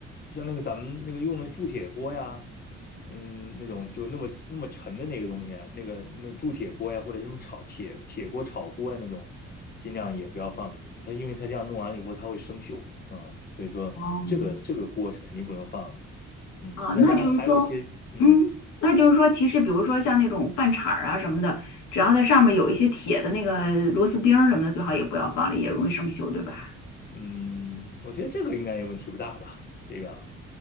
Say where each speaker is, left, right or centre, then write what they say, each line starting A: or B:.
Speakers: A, on the left (about 30°); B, on the left (about 85°).
A: 像那个咱们那个用的铸铁锅呀，嗯，那种就那么那么沉的那个东西啊，那个那个铸铁锅呀，或者什么炒铁铁锅炒锅呀那种，尽量也不要放进去。它因为它这样弄完了以后，它会生锈啊，所以说这个这个锅是肯定不能放的。
B: 哦，
A: 嗯，
B: 啊，
A: 那当然还有一些，
B: 那就是说，
A: 嗯
B: 嗯，那就是说，其实比如说像那种饭铲儿啊什么的，只要它上面有一些铁的那个螺丝钉儿什么的，最好也不要放了，也容易生锈，对吧？
A: 嗯，我觉得这个应该也问题不大吧，这个。